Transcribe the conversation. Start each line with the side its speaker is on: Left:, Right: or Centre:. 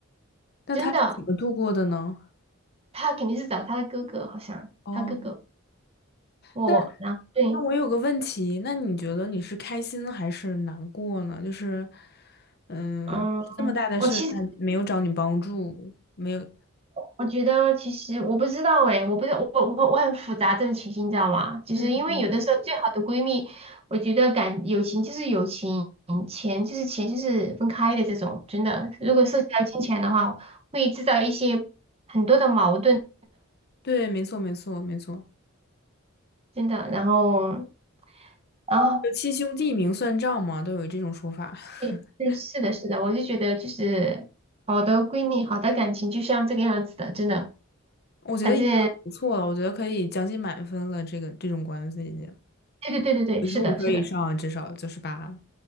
Left: 那他是怎么度过的呢？
Right: 真的，他肯定是找他的哥哥，好像他哥哥
Left: 哦，
Right: 我，
Left: 那
Right: 然后对。
Left: 那我有个问题，那你觉得你是开心还是难过呢？就是，嗯，
Right: 嗯，
Left: 这么大的事，
Right: 我其实
Left: 他没有找你帮助，没有。
Right: 我觉得，其实我不知道诶，我不知我我我很复杂这种情形，你知道吗？就是因为有的时候最好的闺蜜，
Left: 嗯。
Right: 我觉得感友情就是友情，钱就是钱就是分开的这种，真的。如果涉及到金钱的话，会制造一些很多的矛盾，
Left: 对，没错，没错，没错，
Right: 真的。然后，然后
Left: 就七兄弟明算账嘛，都有这种说法。
Right: 对对，
Left: <laughs>
Right: 是的，是的，我就觉得就是好的闺蜜，好的感情就像这个样子的，真的。
Left: 我觉得已经很不错了，
Right: 反正
Left: 我觉得可以将近满分了。这个这种关系已经
Right: 对对对对对，
Left: 九十五分以上啊，
Right: 是的，是的。
Left: 至少九十八。